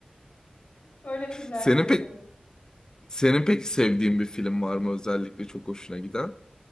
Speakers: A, on the left; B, on the left.
A: Öyle filmler
B: Senin
A: seviyorum.
B: pek Senin peki sevdiğin bir film var mı özellikle çok hoşuna giden?